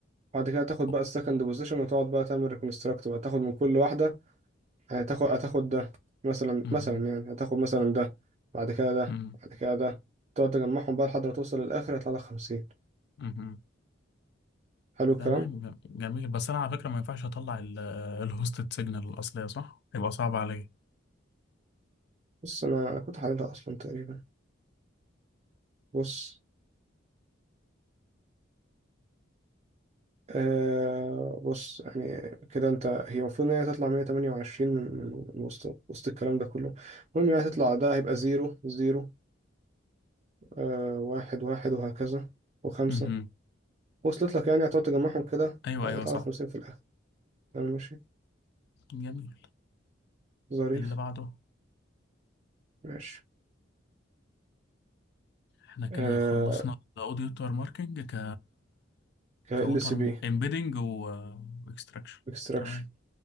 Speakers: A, on the right; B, on the left.
A: بعد كده تاخد
B: أو-
A: بقى السكند بوزيشن وتقعد بقى تعمل ريكونستراكت بقى تاخد من كل واحدة يعني تاخد هتاخد ده مثلا
B: مهم.
A: مثلا يعني هتاخد مثلا ده بعد كده ده
B: مم.
A: بعد كده ده تقعد تجمعهم بقى لحد ما توصل للآخر هيطلع لك خمسين
B: مهم.
A: حلو الكلام
B: تمام جم- جميل بس انا على فكرة ما ينفعش اطلع ال- الهوستد سيجنال الأصلية صح؟ هيبقى صعب عليا
A: بص أنا أنا كنت حللها أصلا تقريبا بص آه بص يعني كده انت هي المفروض ان هي تطلع 128 من من من وسط وسط الكلام ده كله المهم يعني هتطلع ده هيبقى زيرو زيرو آه واحد واحد وهكذا وخمسة
B: مهم.
A: وصلت لك يعني هتقعد تجمعهم كده
B: ايوه
A: آه،
B: ايوه
A: يطلع
B: صح
A: لك خمسين في الآخر تمام ماشي
B: جميل
A: ظريف
B: اللي بعده
A: ماشي
B: احنا كده
A: آه
B: خلصنا الاوديو ووتر ماركينج ك
A: ك ال
B: كوتر
A: سي بي
B: امبيدنج واكستراكشن
A: اكستراكشن
B: تمام